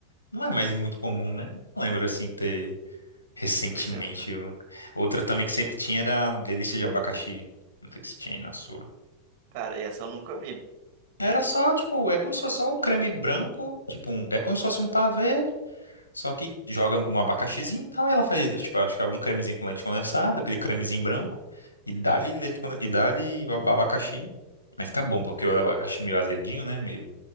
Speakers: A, on the left; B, on the right.
A: não é mais muito comum, né? Não lembro assim ter recentemente.
B: Pois é.
A: eu- Outra também que sempre tinha era a delícia de abacaxi. Não sei se tinha aí na sua.
B: Cara, essa eu nunca vi.
A: Era só, tipo, é como se fosse só o creme branco, tipo, um- é como se fosse um pavê Só que joga um abacaxizinho e tal, e ela faz, tipo, acho que algum cremezinho com leite condensado, aquele cremezinho branco, e dá-lhe leite condensado, e dá-lhe o ab- abacaxi. Mas fica bom, porque o abacaxi meio azeduinho, né? Meio